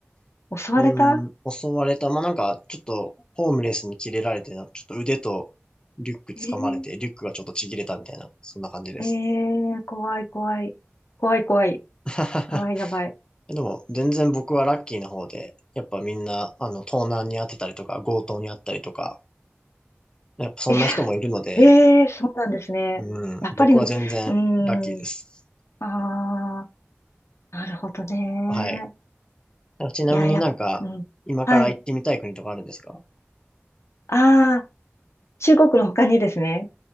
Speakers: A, on the left; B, on the left.
A: 襲われた
B: うーん、襲われた。まあなんかちょっとホームレスに切れられて、なんかちょっと腕とリュック掴まれて、
A: えー、
B: リュックがちょっとちぎれたみたいな、そんな感じです。
A: えー、怖い、怖い。怖い、怖い。
B: <laughs>
A: ああ、やばい。
B: でも全然僕はラッキーの方で、やっぱみんなあの盗難にあってたりとか、強盗にあったりとか、やっぱそんな人もいるので、
A: えーえー、そうなんですね。
B: うん、
A: やっぱり、
B: 僕は全然ラッキーです。
A: うーん、ああ、なるほどね。
B: はい。ちなみになんか、
A: いや、やっ、うん。
B: 今から行ってみたい国とかあるんですか
A: はい。ああ、中国の他にですね。